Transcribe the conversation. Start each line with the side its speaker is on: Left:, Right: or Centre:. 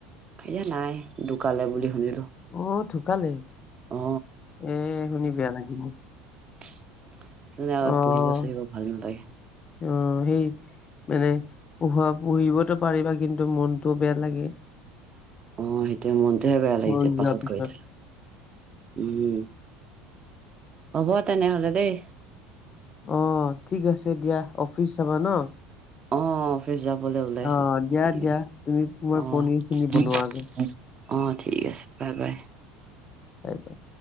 Right: এ নাই ঢুকালে বুলি শুনিলো।
Left: অ ঢুকালে।
Right: অ
Left: উম, শুনি বেয়া লাগিল।
Right: সেইকাৰণে আ
Left: অ',
Right: পুহিব চুহিব ভাল নালাগে।
Left: অ সেই মানে পোহা পুহিবতো পাৰিবা কিন্তু মনতো বেয়া লাগে।
Right: অ সেইটোয়ে মনটোহে বেয়া লাগিছে
Left: মৰি
Right: পাছত
Left: যোৱাৰ পিছত।
Right: গৈ থৈ। উম হ'ব তেনেহলে দেই।
Left: অ ঠিক আছে দিয়া অফিচ যাবা ন।
Right: অ অফিচ যাবলৈ ওলাইছো
Left: অ', দিয়া
Right: ঠিক
Left: দিয়া
Right: আছে
Left: তুমি তোমাৰ
Right: অ
Left: পনিৰখিনি
Right: ঠিক
Left: বনোৱাগে
Right: অ ঠিকে আছে বাই বাই।
Left: সেইটোৱে